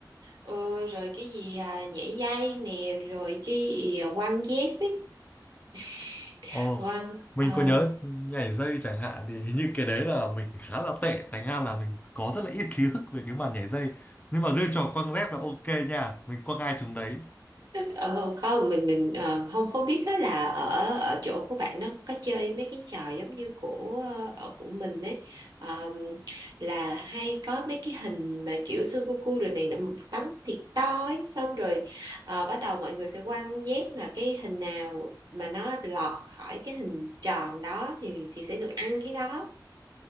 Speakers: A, on the right (about 60°); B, on the left (about 20°).
A: ừ, rồi cái gì à, nhảy dây nè rồi cái gì à, quăng dép ấy <laughs>
B: Ồ,
A: quăng
B: mình
A: ờ
B: có nhớ nhảy dây chẳng hạn thì hình như cái đấy là mình khá là tệ thành ra là mình có rất là ít ký ức về cái màn nhảy dây nhưng mà riêng trò quăng dép là ok nha mình quăng ai chúng đấy
A: ờ, không mình mình ờ, không không biết đó là ở ở chỗ của bạn nó có chơi mấy cái trò giống như của ờ, ở của mình ấy Ờ, là hay có mấy cái hình mà kiểu sudoku rồi này nọ một tấm thiệt to ấy xong rồi ờ, bắt đầu mọi người sẽ quăng dép mà cái hình nào mà nó lọt khỏi cái hình tròn đó thì thì sẽ được ăn cái đó